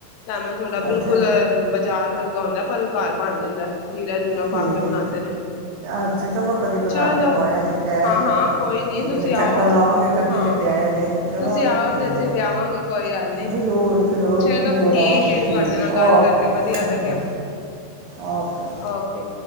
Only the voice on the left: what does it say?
ਲੈਮਨ ਸੋਡਾ ਬਿਲਕੁਲ
ਬਾਜ਼ਾਰ ਵਰਗਾ ਹੁੰਂਦਾ, ਪਰ ਘਰ ਬਣ ਜਾਂਦਾ ਜੀਰਾ ਜੂਰਾ
ਪਾ ਕੇ ਬਣਾਉਂਦੇ
ਨੇ।
ਚਲੋ
ਹਾਂ-ਹਾਂ
ਕੋਈ ਨੀ
ਤੁਸੀਂ
ਆਓ
ਹਾਂ
ਤੁਸੀਂ ਆਓ
ਤੇ ਅਸੀਂ ਵਿਆਵਾਂਗੇ ਕੋਈ ਗੱਲ ਨੀ
ਚਲੋ
ਠੀਕ
ਏ ਤੁਹਾਡੇ
ਨਾਲ ਗੱਲ
ਕਰਕੇ ਵਧੀਆ ਲੱਗਿਆ
ਓਕੇ